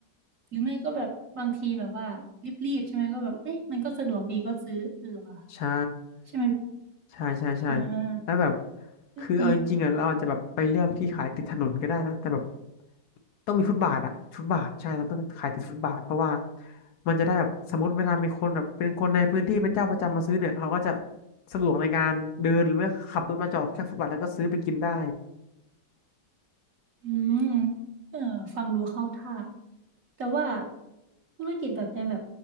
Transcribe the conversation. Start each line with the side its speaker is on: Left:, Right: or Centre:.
Right: หรือไม่ก็แบบบางทีแบบว่ารีบๆใช่ไหมก็แบบเอ๊ะมันก็สะดวกดีก็ซื้อเออว่ะ
Left: ใช่
Right: ใช่ไหม
Left: ใช่ใช่ใช่
Right: อ่า
Left: แล้วแบบ
Right: เอ๊ะฟัง
Left: คือเอาจริงๆอ่ะเราอาจจะแบบไปเลือกที่ขายติดถนนก็ได้นะแต่แบบต้องมีฟุตบาทอ่ะฟุตบาทใช่เราต้องขายติดฟุตบาทเพราะว่ามันจะได้แบบสมมติเวลามีคนแบบเป็นคนในพื้นที่เป็นเจ้าประจำมาซื้อเนี่ยเขาก็จะสะดวกในการเดินหรือว่าขับรถมาจอดข้างฟุตบาทแล้วก็ซื้อไปกินได้
Right: อืมเออฟังดูเข้าท่าแต่ว่าธุรกิจแบบเนี้ยแบบ